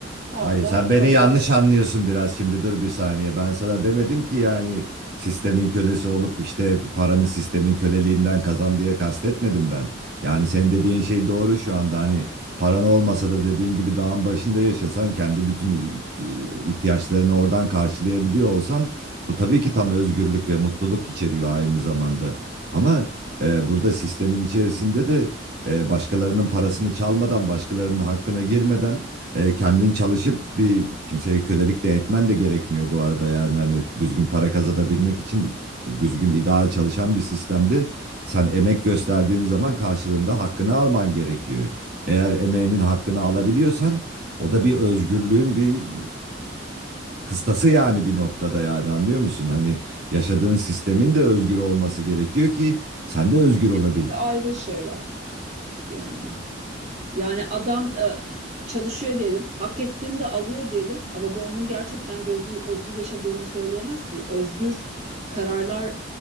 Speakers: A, on the right; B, on the right.
A: Orada
B: Hayır sen beni
A: öyle
B: yanlış anlıyorsun biraz şimdi dur bir saniye. Ben sana demedim ki yani sistemin kölesi olup işte paranı sistemin köleliğinden kazan diye kastetmedim ben. Yani senin dediğin şey doğru şu anda hani paran olmasa da dediğin gibi dağın başında yaşasan kendi bütün e, ihtiyaçlarını oradan karşılayabiliyor olsan bu tabii ki tam özgürlük ve mutluluk içeriyor aynı zamanda. Ama e, burada sistemin içerisinde de e, başkalarının parasını çalmadan başkalarının hakkına girmeden e, kendin çalışıp bir kimseye kölelik de etmen de gerekmiyor bu arada yani hani düzgün para kazanabilmek için düzgün ideal çalışan bir sistemde sen emek gösterdiğin zaman karşılığında hakkını alman gerekiyor. Eğer emeğinin hakkını alabiliyorsan o da bir özgürlüğün bir kıstası yani bir noktada yani anlıyor musun? Hani yaşadığın sistemin de özgür olması gerekiyor ki sen de
A: bence
B: özgür olabil.
A: ikisi ayrı şeyler. Yani yani adam e, çalışıyor diyelim, hak ettiğini de alıyor diyelim ama bu onun gerçekten özgür, özgür yaşadığını söyleyemez ki. Özgür kararlar